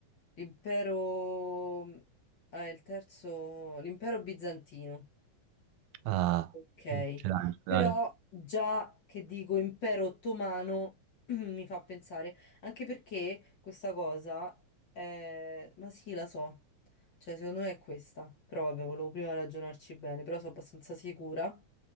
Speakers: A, on the left; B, on the right.
A: L'impero... Ah, il terzo... L'impero bizantino.
B: Ah,
A: Ok,
B: ce l'hai, ce
A: però
B: l'hai.
A: già che dico impero ottomano <clears throat> mi fa pensare, anche perché questa cosa è... ma sì, la so, cioè secondo me è questa, però vabbè, volevo prima ragionarci bene, però sono abbastanza sicura.